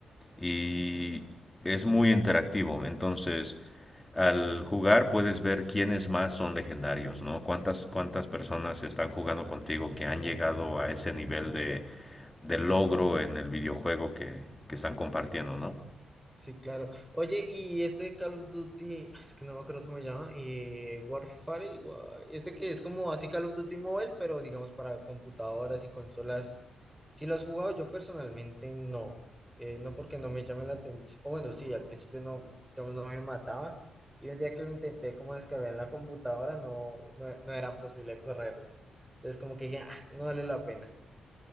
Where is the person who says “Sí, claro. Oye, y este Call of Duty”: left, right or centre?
Centre